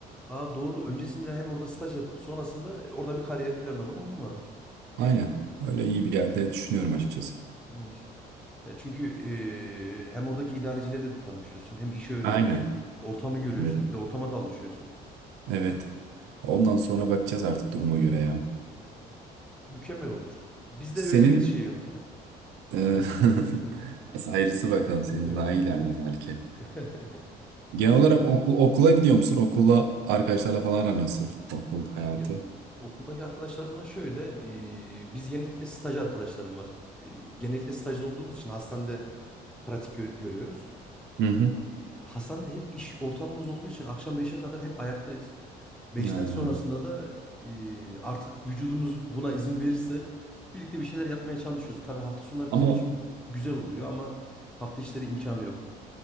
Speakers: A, in the centre; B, on the right (about 85°).
A: Aa doğru. Öncesinde hem orada staj yapıp sonrasında orada bir kariyer planlaman on numara.
B: Aynen. Öyle iyi bir yerde düşünüyorum açıkçası.
A: Evet. Ya çünkü eee, hem oradaki idarecilerle de tanışıyorsun, hem işi öğreniyorsun,
B: Aynen.
A: ortamı görüyorsun,
B: Evet.
A: bir de ortama da alışıyorsun.
B: Evet. Ondan sonra bakacağız artık duruma göre ya.
A: Yani mükemmel olur. Bizde
B: Senin
A: öyle bir şey yok.
B: Ee,
A: <laughs>
B: <laughs> Ayrısı bakalım seni
A: Evet.
B: daha iyilerler belki.
A: <laughs>
B: Genel olarak okul, okula gidiyor musun? Okula arkadaşlarla falan aran nasıl? Okul hayatı.
A: Ya, okuldaki arkadaşlarımla şöyle, eee, biz genellikle staj arkadaşlarım var. Eee, genellikle stajda olduğumuz için hastanede pratik gö- görüyoruz.
B: Hı hı.
A: Ee, Hastanede hep iş ortamımız olduğu için akşam beşe kadar hep ayaktayız. Beşten
B: Ya.
A: sonrasında da e, artık vücudumuz buna izin verirse birlikte bir şeyler yapmaya çalışıyoruz. Tabii hafta sonları
B: Ama
A: bizim için güzel oluyor ama hafta içleri imkanı yok.